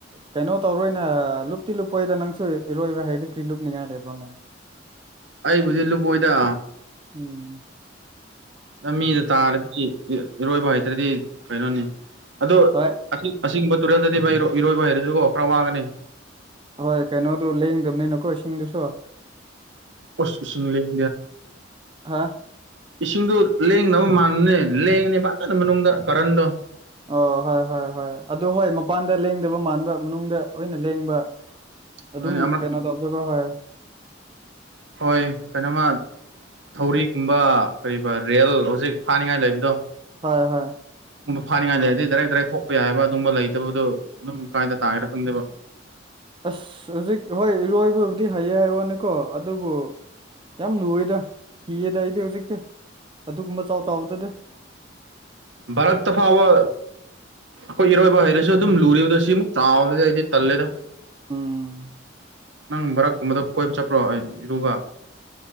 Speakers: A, on the right; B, on the right.
A: ꯀꯩꯅꯣ ꯇꯧꯔꯣꯏꯅꯦ ꯂꯨꯞꯇꯤ ꯂꯨꯞꯄꯣꯏꯗ ꯅꯪꯁꯨ ꯏꯔꯣꯏꯕ ꯍꯥꯏꯔꯗꯤ ꯀ꯭ꯔꯤ ꯂꯨꯞꯅꯤꯡꯉꯥꯏ ꯂꯩꯕ꯭ꯔꯣꯅꯦ꯫
B: ꯑꯩꯕꯨꯗꯤ ꯂꯨꯕꯣꯏꯗ꯫
A: ꯎꯝ꯫
B: ꯂꯝ ꯃꯤꯗ ꯇꯥꯔꯗꯤ ꯏꯔꯣꯏꯕ ꯍꯩꯇ꯭ꯔꯗꯤ ꯀꯩꯅꯣꯅꯤ ꯑꯗꯨ
A: ꯍꯣꯏ
B: ꯑꯁꯤ ꯑꯁꯤꯒꯨꯝꯕ ꯇꯨꯔꯦꯜꯗꯗꯤ ꯚꯥꯏ ꯏꯔꯣꯏꯕ ꯍꯩꯔꯁꯨꯀꯣ ꯈꯔ ꯋꯥꯒꯅꯤ꯫
A: ꯍꯣꯏ ꯀꯩꯅꯣꯗꯨ ꯂꯦꯡꯗꯕꯅꯤꯅꯀꯣ ꯏꯁꯤꯡꯗꯨꯁꯨ꯫
B: ꯎꯁ ꯏꯁꯤꯡ ꯂꯦꯡ <unintelligible>
A: ꯍꯥ
B: ꯏꯁꯤꯡꯗꯨ ꯂꯦꯡꯗꯕ ꯃꯥꯟꯕꯅꯦ ꯂꯦꯡꯉꯅꯦ ꯐꯖꯅ ꯃꯅꯨꯡꯗ ꯀꯔꯟꯗꯣ꯫
A: ꯑꯣ ꯍꯣꯏ ꯍꯣꯏ ꯍꯣꯏ꯫ ꯑꯗꯨ ꯍꯣꯏ ꯃꯄꯥꯟꯗ ꯂꯦꯡꯗꯕ ꯃꯥꯟꯕ ꯃꯅꯨꯡꯗ ꯑꯣꯏꯅ ꯂꯦꯡꯕ꯫
B: ꯑꯗꯨꯅꯤ
A: ꯑꯗꯨꯝ
B: ꯑꯃ
A: ꯀꯩꯅꯣ ꯇꯧꯖꯕ ꯍꯣꯏ꯫
B: ꯍꯣꯏ ꯀꯩꯅꯣꯃ ꯊꯧꯔꯤꯒꯨꯝꯕ ꯀꯔꯤꯕ ꯔꯦꯜ ꯍꯧꯖꯤꯛ ꯐꯥꯅꯤꯡꯉꯥꯏ ꯂꯩꯕꯗꯣ꯫
A: ꯍꯣꯏ ꯍꯣꯏ꯫
B: <unintelligible> ꯐꯥꯅꯤꯡꯉꯥꯏ ꯂꯩꯔꯗꯤ ꯗꯥꯏꯔꯦꯛ ꯗꯥꯏꯔꯦꯛ ꯊꯣꯛꯄ ꯌꯥꯏꯑꯕ ꯑꯗꯨꯒꯨꯕ ꯂꯩꯇꯕꯗꯨ ꯑꯗꯨꯝ ꯀꯥꯏꯗ ꯇꯥꯒꯦ ꯈꯪꯗꯦꯕ꯫
A: ꯑꯁ ꯍꯧꯖꯤꯛ ꯍꯣꯏ ꯏꯔꯣꯏꯕꯕꯨꯗꯤ ꯍꯩꯌꯦ ꯍꯥꯏ ꯋꯥꯅꯤꯀꯣ ꯑꯗꯨꯕꯨ ꯌꯥꯝ ꯂꯨꯑꯦꯗ ꯀꯤꯌꯦꯗ ꯑꯩꯗꯤ ꯍꯧꯖꯤꯛꯇꯤ ꯑꯗꯨꯒꯨꯝꯕ ꯆꯥꯎ ꯆꯥꯎꯕꯗꯨꯗꯤ
B: ꯕꯥꯔꯛꯇ ꯐꯥꯎꯕ ꯑꯩꯈꯣꯏ ꯏꯔꯣꯏꯕ ꯍꯩꯔꯁꯨ ꯑꯗꯨꯝ ꯂꯨꯔꯤꯕꯗꯣ ꯁꯤꯃꯨꯛ ꯆꯥꯎꯔꯦ ꯍꯥꯏꯗꯤ ꯇꯜꯂꯦꯗ
A: ꯎꯝ
B: ꯅꯪ ꯚꯔꯛꯀꯨꯝꯕꯗ ꯀꯣꯏꯕ ꯆꯠꯄ꯭ꯔꯣ ꯑꯩ ꯏꯔꯨꯕ